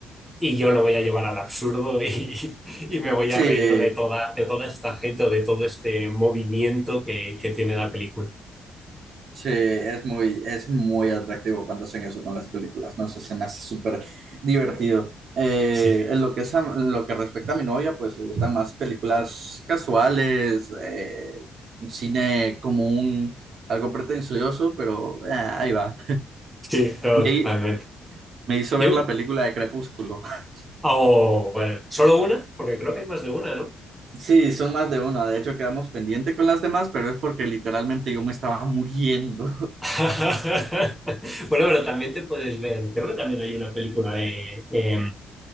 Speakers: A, in the centre; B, on the right (about 60°).
A: y yo lo voy a llevar al absurdo y, <laughs> y me voy
B: Sí.
A: a reír de toda, de toda esta gente o de todo este movimiento que, que tiene la película.
B: Sí, es muy, es muy atractivo cuando hacen eso con las películas, no sé, se me hace súper divertido. Eh,
A: Sí,
B: en lo que es a- en lo que respecta a mi novia, pues le gustan más películas casuales, eh, cine común, algo pretencioso, pero eh, ahí va.
A: sí, no,
B: Me,
A: totalmente.
B: me hizo ver
A: Yo,
B: la película de Crepúsculo. <laughs>
A: oh, bueno, solo una, porque creo que hay más de una, no
B: Sí, son más de uno, de hecho quedamos pendiente con las demás, pero es porque literalmente yo me estaba muriendo.
A: <laughs> bueno, pero también te puedes ver, creo que también hay una película de eh,